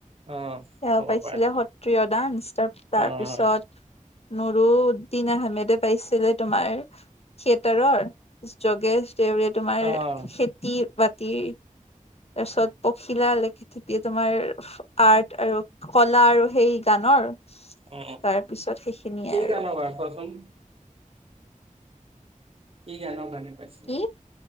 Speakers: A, on the right (about 45°); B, on the left (about 50°).
A: অ',
B: এয়া
A: হ'ব
B: পাইছিলে,
A: পাৰে
B: সত্ৰিয় ডানস তাৰ-তাৰপিছত
A: অ',
B: নৰুউদ্দিন আহমেদে পাইছিলে তোমাৰ থিয়েটাৰৰ, যোগেশ ৰে তোমাৰ
A: অ',
B: খেতি বাতি তাৰপিছত পখিলা <unintelligible> তোমাৰ আৰ্ট আৰু কলা আৰু সেই গানৰ
A: উম, উম,
B: তাৰপিছত সেইখিনিয়ে
A: কি
B: আৰু
A: কাৰণে বাৰু <unintelligible> কি গানৰ কাৰণে? পাইছিলোঁ।
B: কি